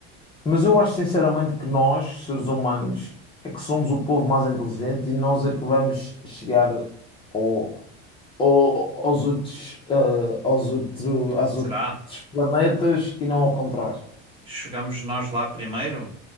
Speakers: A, on the left (about 15°); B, on the right (about 15°).
A: Mas eu acho sinceramente que nós, seres humanos, é que somos o povo mais inteligente e nós é que vamos chegar ao, ao- aos outros, eh, aos outro, aos
B: Será?
A: outros planetas e não ao contrário.
B: Chegamos nós lá primeiro?